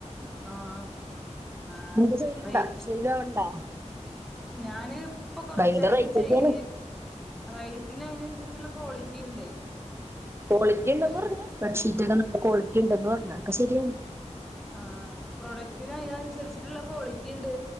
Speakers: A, in the centre; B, on the right (about 20°).
A: ആഹ് ആഹ്
B: നിൻ്റെ സെയില്ണ്ടാ?
A: റേറ്റ്
B: സെയിലാവണണ്ടാ?
A: ഞാന് ഇപ്പൊ കൊറച്ചായിട്ട്
B: ഭയങ്കര റേറ്റ്
A: ചെയ്യ്
B: ഒക്കെയാണ്
A: റേയിറ്റിന് അയിനനുസരിച്ചുള്ള ക്വാളിറ്റി ഇണ്ടേ
B: ക്വാളിറ്റി ഇണ്ടെന്ന്
A: അഹ്
B: പറഞ്ഞ ബെഡ്ഷീറ്റ ഒക്കെ നല്ല ക്വാളിറ്റിണ്ടന്ന് പറഞ്ഞ അഹ് ഒക്കെ ശെരിയാണ്.
A: ആഹ് പ്രൊഡക്റ്റിന് അയിനൻ സരിച്ചിട്ട്ള്ള ക്വാളിറ്റി ഇണ്ട്.